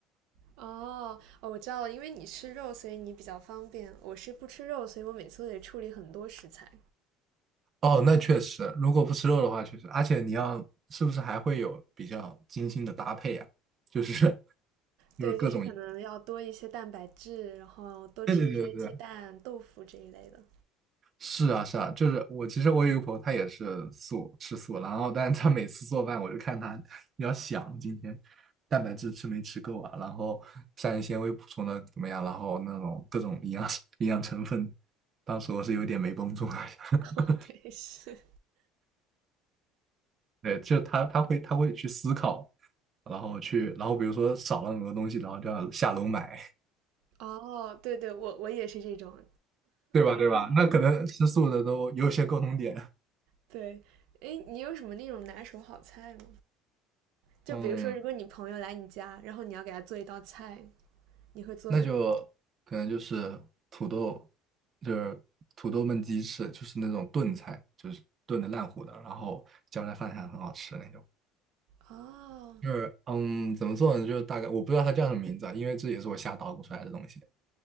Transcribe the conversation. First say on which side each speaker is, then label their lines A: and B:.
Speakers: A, on the right (about 70°); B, on the right (about 30°).
A: 哦哦，我知道了，因为你吃肉，所以你比较方便。我是不吃肉，所以我每次都得处理很多食材。
B: 哦，那确实，如果不吃肉的话，确实，而且你要是不是还会有比较精心的搭配呀、就是 <laughs> 就是各种。
A: 对，就是可能要多一些蛋白质，然后多吃一些鸡蛋、
B: 对对对对
A: 豆腐这一类的。
B: 是啊，是啊，就是我其实我有一个朋友，他也是素吃素，然后但是他每次做饭，我就看他，你要想今天蛋白质吃没吃够啊，然后膳食纤维补充的怎么样，然后那种各种营养 <laughs> 营养成分，当时我是有点没绷住了。
A: <laughs>
B: <laughs>
A: 对，是。
B: 对，就他他会他会去思考，然后去然后比如说少了很多东西，然后就要下楼买，
A: 哦，对对，我我也是这种。
B: <laughs> 对吧？对吧？那可能吃素的都有些共同点，
A: 对，诶，你有什么那种拿手好菜吗？就比如说，
B: 嗯。
A: 如果你朋友来你家，然后你要给他做一道菜，你会做什么？
B: 那就可能就是土豆，就是土豆焖鸡翅，就是那种炖菜，就是炖的烂糊的，然后浇在饭上很好吃那种。
A: 哦
B: 就是嗯，怎么做呢？就是大概我不知道它叫什么名字啊，因为这也是我瞎捣鼓出来的东西。